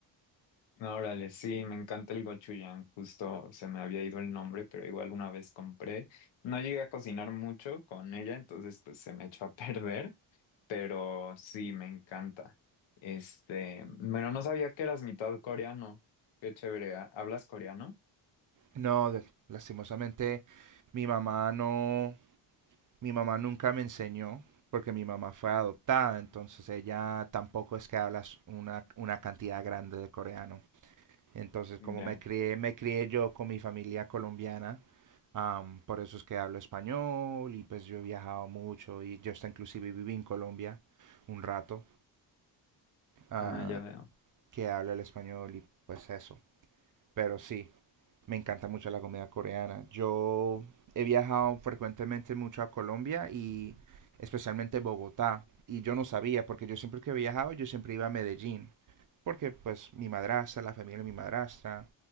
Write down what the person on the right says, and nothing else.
No, de- lastimosamente mi mamá no, mi mamá nunca me enseñó porque mi mamá fue adoptada, entonces ella tampoco es que habla una, una cantidad grande de coreano. Entonces, como
me crié, me crié yo con mi familia colombiana, am, por eso es que hablo español y pues yo he viajado mucho y yo hasta inclusive viví en Colombia un rato, ah,
que hablo el español y pues eso. Pero sí, me encanta mucho la comida coreana. Yo he viajado frecuentemente mucho a Colombia y especialmente Bogotá. Y yo no sabía, porque yo siempre que viajaba, yo siempre iba a Medellín. Porque pues mi madrastra, la familia de mi madrastra,